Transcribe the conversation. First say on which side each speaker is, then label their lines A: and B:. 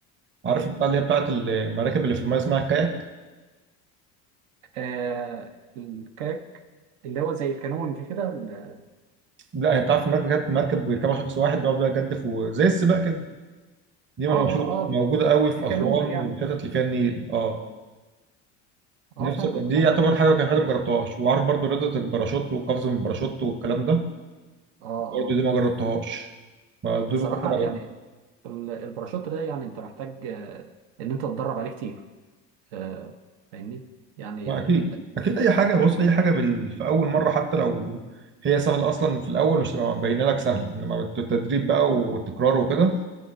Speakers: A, on the right; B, on the right.
A: عارف
B: ايه
A: البتاع اللي هي بتاعت المراكب اللي في المايه اسمها الكاياك
B: آه الكاك اللي هو زي الكانون كده ال- اه
A: لا هي بتاعت المركب مركب بيركبها شخص واحد بيقعد بقى يجدف وزي السباق كده دي موجودة
B: اه اه
A: موجودة قوي في
B: الكانون
A: أسوان
B: يعني
A: والحتت اللي فيها النيل اه
B: اه
A: نفسي
B: فاهمك
A: دي
B: فاهم
A: يعتبر حاجة كان حاجة ما جربتهاش وعارف برضو رياضة الباراشوت والقفز من الباراشوت والكلام ده
B: اه
A: برضو
B: اه
A: دي ما جربتهاش ما دول
B: بصراحة
A: بفكر أجرب
B: يعني ال- الباراشوت ده يعني انت محتاج آه، ان انت تتدرب عليه كتير آه فاهمني يعني
A: ما أكيد
B: ال...
A: أكيد أي حاجة بص أي حاجة بال... في أول مرة حتى لو هي سهلة أصلا في الأول مش تبقى مبينة لك سهلة إنما التدريب بقى والتكرار وكده